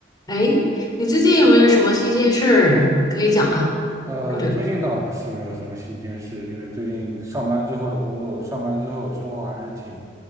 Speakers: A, on the left; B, on the right.
A: 哎，你最近有没有什么新鲜事儿可以讲啊？
B: 呃，
A: 或者，
B: 最近倒是没有什么新鲜事，因为最近上班之后的工作，上班之后生活还是挺，